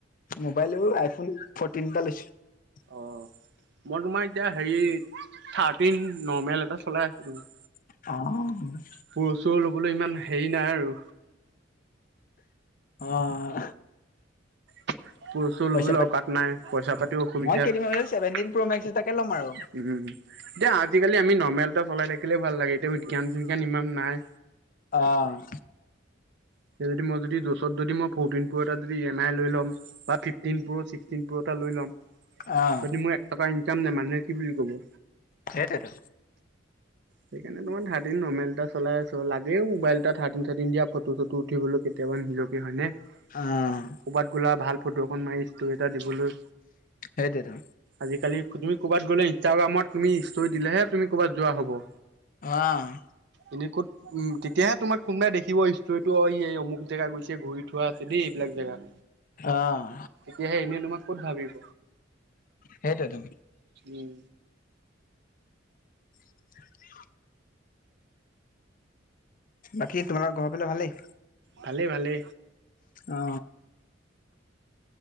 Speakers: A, on the left; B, on the right.
A: মোবাইল আইফোন ফৰ্টিন এটা লৈছোঁ ‌।
B: অ'। মই তোমাৰ এতিয়া হেৰি থাৰ্টিন নৰ্মেল এটা চলাই আছোঁ।
A: অ'।
B: প্ৰ চ' ল'বলৈ ইমান হেৰি নাই আৰু।
A: অ <unintelligible>
B: <inaudible> প্ৰু চু
A: পইচা
B: লবলৈ
A: পাতি
B: অকাত নাই পইচা পাতিও অসুবিধা
A: মই কেইদিনমান
B: উম।
A: পিছত ছেভেনটিন প্ৰ' মেক্স এটাকে ল'ম আৰু
B: এতিয়া আজিকালি আমি নৰ্মেল এটা চলাই থাকিলে ভাল লাগে এতিয়া বিজ্ঞান চিজ্ঞান ইমান নাই।
A: অ'।
B: এতিয়া যদি মই যদি যচৰত যদি মই ফৰটিন দিন প্ৰ' এটা যদি ই এম আই লৈ ল'ম বা ফিফ ফিফটিন প্ৰ' চিক্টিন ফো এটা লৈ লও
A: অ'
B: যদি মোৰ এক টকা এটা ইনকাম নাই মানুহে কি বুলি ক'ব।
A: সেইতোইতো।
B: সেইকাৰণে তোমাৰ ৰ্থাতিন নৰ্মেল এটা চলাই আছো। লাগেও মোবাইল এটা ৰ্থাটিন চাৰ্তিন ফটো চটো উঠিবলৈ কেতিয়াবা হয় ভ ফ <unintelligible>
A: অ'
B: কৌৰবাত গলা ভাল ফটৌ এখন মাৰি ইচতোৰিত দি বোলো
A: সেইটোৱেতো
B: আজিকালি। তুমি ক'বাত গলে ইনষ্টাগ্ৰামত তুমি ষ্টৰি দিলে তুমি ক'বাত যোৱা হব।
A: অ'
B: এনেই ক'ত উম। তেতিয়াহে তোমাক কোনোবাই দেখিব ষ্টৰিটো অ' এই অুক জেগা গৈছে ঘূৰি থোৱা আছে দেই। এইবিলাক জেগাত
A: অ'
B: তেতিয়াহে এনে তোমাক ক'ত ভাবিব।
A: সেইটোৱে তো।
B: উম
A: <unintelligible> বাকী তোমালৰ ঘৰ পালে ভালেই।
B: ভালে ভালে।
A: অ